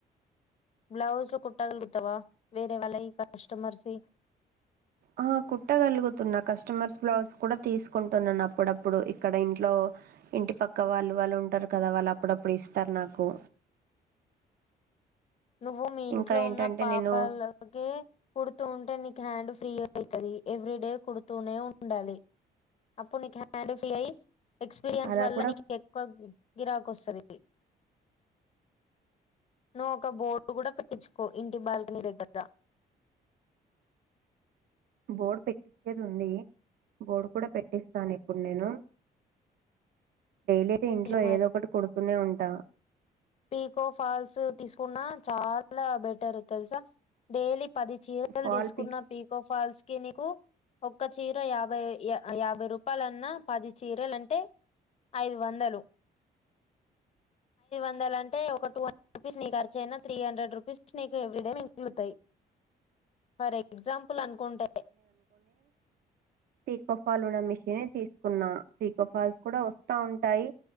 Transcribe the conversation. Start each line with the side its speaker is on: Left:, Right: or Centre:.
Left: బ్లౌజు కుట్టగలుగుతావా వేరే వాళ్ళవి కస్టమర్సీ
Right: అహ కుట్టగలుగుతున్నా. కస్టమర్స్ బ్లౌస్ కూడా తీసుకుంటున్నాను అప్పుడప్పుడు ఇక్కడ ఇంట్లో ఇంటి పక్క వాళ్ళు వాళ్ళు ఉంటారు కదా వాళ్ళు అప్పుడప్పుడు ఇస్తారు నాకు
Left: నువ్వు మీ ఇంట్లో
Right: ఇంకా ఏంటంటే
Left: ఉన్న పాపాలకి
Right: నేను
Left: కుడుతూ ఉంటే నీకు హ్యాండ్ ఫ్రీ అవుతుది ఎవ్రీ డే కుడుతూనే ఉండాలి అప్పుడు నీకు హ్యాండ్ ఫ్రీ అయి ఎక్స్పీరియన్స్
Right: అలా
Left: వల్ల
Right: కూడా
Left: నీకు ఎక్కువ గిరాకు వస్తుంది ఎ నువ్ ఒక బోర్డు కూడా పెట్టించుకో ఇంటి బాల్కనీ దగ్గర
Right: బోర్డు పెట్టించేది ఉంది బోర్డు కూడా పెట్టిస్తాను ఇప్పుడు నేను డైలీ అయితే
Left: పెట్టియు
Right: ఇంట్లో ఏదో ఒకటి కొడుతూనే ఉంటా
Left: పికో ఫాల్స్ తీసుకున్నా చాలా బెటర్ తెలుసా డైలీ పది చీరలు
Right: ఫాల్
Left: తీసుకున్న
Right: పిక్స్
Left: పీకో ఫాల్స్ ఒ చీర యాభై యాభై రూపాయలున్నా పది చీరలుంటే ఐదు వందలు పందాలంటే ఒక టూ హండ్రెడ్ రూపీస్ నీ ఖచ అయినా త్రీ హండ్రెడ్ రూపీస్ నీకు ఎవ్రీ డే ఇంక్లువుతాయి ఫర్ ఎగ్జాంపుల్ అనుకుంటే
Right: పక్ఫ పలునా మిషన్ తీసుకున్నా పకో ఫాల్స్ కూడా వస్తా ఉంటాయి